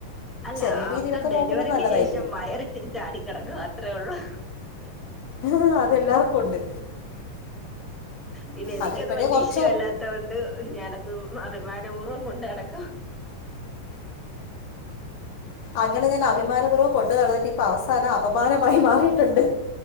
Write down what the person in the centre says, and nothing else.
അല്ല
ആഫ്റ്റർ ഡെലിവറിക്ക്
ശേഷം വയറിച്ചിരി ചാടിക്കെടക്കുവ അത്രെ ഉള്ളു.
പിന്നെ എനിക്കത്
വല്യ
ഇഷ്യു അല്ലാ തോണ്ട് ഞാനത് അഭിമാനപൂർവ്വം കൊണ്ടടക്കും